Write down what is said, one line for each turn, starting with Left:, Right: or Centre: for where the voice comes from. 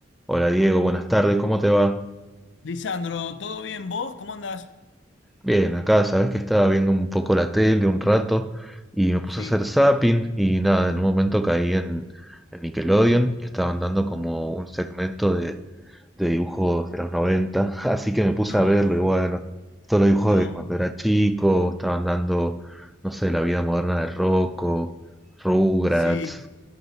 Centre: Hola Diego, buenas tardes, ¿cómo te va?
Left: Lisandro, ¿todo bien? ¿Vos? ¿Cómo andás?
Centre: Bien, acá sabes que estaba viendo un poco la tele un rato y me puse
Left: Sí.
Centre: a hacer zapping y nada, en un momento caí en, en Nickelodeon y estaban dando como un segmento de, de dibujos de los 90, <laughs> así que me puse
Left: No,
Centre: a verlo y bueno, todos los dibujos
Left: No.
Centre: de cuando era chico, estaban dando, no sé, la vida moderna de Rocco, Rugrats,
Left: Sí,